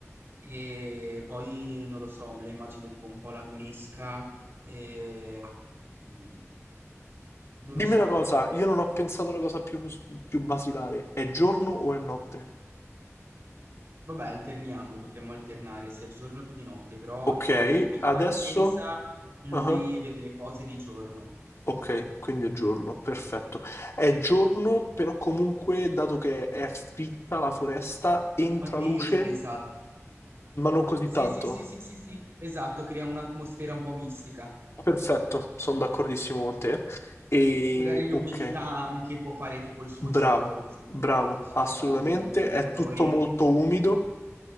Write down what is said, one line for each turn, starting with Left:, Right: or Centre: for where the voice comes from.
Right: E poi non lo so, me la immagino tipo un po' lagunesca, e, mm, non lo
Left: Dimmi
Right: so,
Left: una cosa,
Right: tipo,
Left: io non ho pensato alla cosa più, più basilare, è giorno o è notte?
Right: vabbè, alterniamo, potremmo alternare sia giorno che di notte, però
Left: Ok,
Right: l- in
Left: adesso...
Right: partenza lui
Left: ah,
Right: vede le cose di giorno.
Left: Ok, quindi è giorno, perfetto. È giorno, però comunque, dato che è fitta la foresta, entra
Right: Anche
Left: luce,
Right: io ci ho pensato.
Left: ma non così
Right: Sì,
Left: tanto.
Right: sì, sì, sì, sì, sì, esatto, crea un'atmosfera un po' mistica.
Left: Perfetto, sono d'accordissimo con te. E
Right: Magari l'umidità
Left: ok,
Right: anche può fare tipo il suo
Left: bravo,
Right: gioco, possiamo
Left: bravo,
Right: scrivere questo
Left: assolutamente.
Right: dettaglio in modo che i
Left: È
Right: lettori
Left: tutto molto umido.